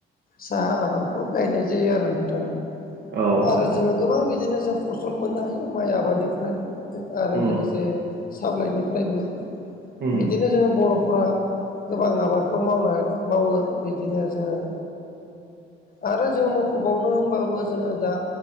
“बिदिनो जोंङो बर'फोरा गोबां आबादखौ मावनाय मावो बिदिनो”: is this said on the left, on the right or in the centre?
Left